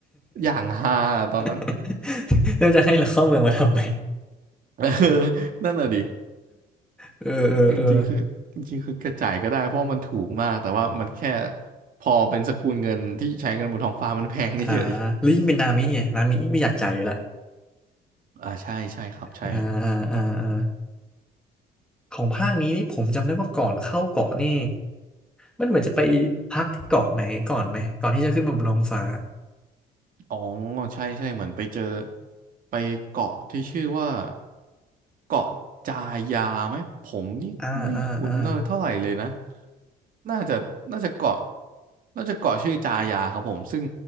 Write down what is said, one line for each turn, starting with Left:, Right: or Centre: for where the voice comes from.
Right: อย่างฮาตอนนั้น
Centre: <laughs> แล้วจะให้เราเข้าเมืองมาทำไม
Right: <laughs> เออนั่นน่ะดิ
Centre: เออ <laughs> เออเออ
Right: จริงๆคือจริงๆคือกระจ่ายก็ได้เพราะว่ามันถูกมากแต่ว่ามันแค่พอเป็นสกุลเงินที่ใช้กันบนท้องฟ้ามันแพงเฉย
Centre: อ่าลิงก์เป็นนามิไงนามิไม่อยากจ่ายอยู่ละ
Right: ๆอ่าใช่ใช่ครับใช่
Centre: อ่าอ่าอ่าอ่าของภาคนี้นี่ผมจำได้ว่าก่อนเข้าเกาะนี่มันเหมือนจะไปพักที่เกาะไหนก่อนไหม ก่อนที่จะขึ้นมาบนท้องฟ้า
Right: อ๋อใช่ใช่เหมือนไปเจอไปเกาะที่ชื่อว่าเกาะจายาไหมผมนี่ไม่คุ้นเลยเท่าไหร่เลยนะ
Centre: อ่าอ่า อ่า
Right: น่าจะน่าจะเกาะน่าจะเกาะชื่อจายาครับผมซึ่ง